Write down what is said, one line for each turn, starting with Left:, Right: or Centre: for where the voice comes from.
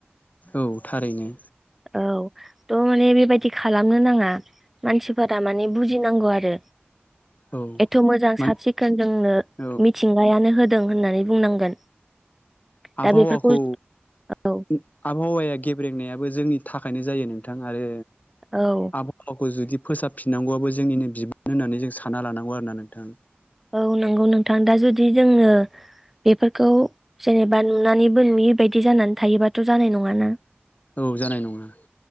Left: औ थारैनो।
Centre: औ थ' माने बेबायाददि खालामनो नाङा मानसिफोरा माने बुजिनांगौ आरो।
Left: औ
Centre: एथ' मोजां
Left: मोन
Centre: साब सिखोन जोंनो
Left: औ
Centre: मिथिंगायानो ह होदों होननानै बुंनांगोन।
Left: आबहावाखौ
Centre: दा बेफोरखौ औ
Left: उम आबहावाया गेब्रेंनायाबो जोंनि थाखायनो जायो नोंथां आरो
Centre: औ
Left: आबहावाखौ जुदि फोसाबफिननांगौआबो जोंनिनो बिबान होननानै जों सानना लानांगौ आरोना नोंथां।
Centre: औ नंगौ नोंथां दा जुदि जोंङो बेफोरखौ जेनेबा नुनानैबो नुयिबायदि जानानै थायोबाथ' जानाय नङाना।
Left: औ जानाय नङा